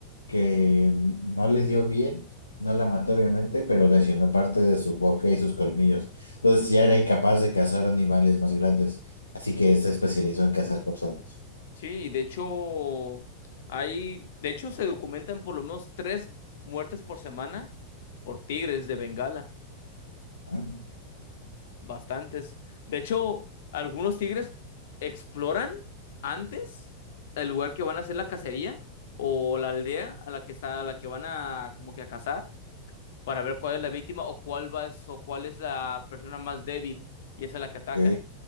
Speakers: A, on the left (about 80°); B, on the left (about 55°).
A: que no le dio bien, no la mató obviamente, pero lesionó parte de su boca y sus colmillos. Entonces ya era incapaz de cazar animales más grandes, así que se especializó en cazar personas.
B: sí, y de hecho, hay, de hecho se documentan por lo menos tres muertes por semana por tigres de Bengala.
A: Ah,
B: bastantes. De hecho, algunos tigres exploran antes el lugar que van a hacer la cacería o la aldea a la que está, a la que van a como que a cazar para ver cuál es la víctima o cuál va es- o cuál es la persona más débil y esa es la que atacan.
A: Ok,